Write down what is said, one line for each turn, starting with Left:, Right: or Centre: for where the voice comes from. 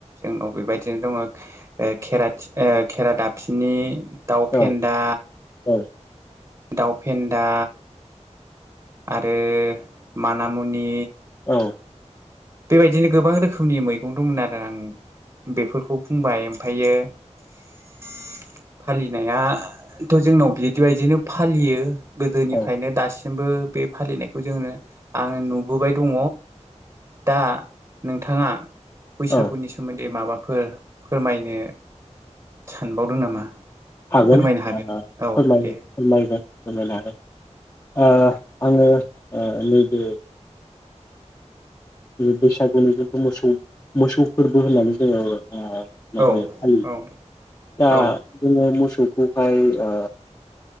Right: उम औ बेबायदिनो दङ खेरथि ओ खेरादाफिनि दाउ फेन्दा
Left: औ औ
Right: दाउफेन्दा आरो मानामुनि
Left: औ
Right: बेबायदिनो गोबां रोखोमनि मैगं दंमोन आरो आं बेफोरखौ बुंबाय ओमफ्रायो <inaudible> फालिनायाथ' जोंनाव बिदिबायदिनो फालियो गोदोनिफ्रायनो
Left: औ
Right: दा सिमबो बे फालिनायखौ जोङो आं नुबोबाय दङ। दा नोंथाङा बैसागुनि
Left: औ
Right: सोमोन्दै माबा फोर फोरमायनो सानबावदों नामा?
Left: हागोन
Right: फोरमायनो
Left: फोर-फोरमायगोन।
Right: औ दे
Left: मायनों हागोन आ आङो नैबे बैसागुनि जोंथु मोसौ मोसौ फोरबो होननानै जोङो अ माबायो
Right: औ
Left: फालियो
Right: औ
Left: दा
Right: औ
Left: जोङो मोसौ खौहाय अ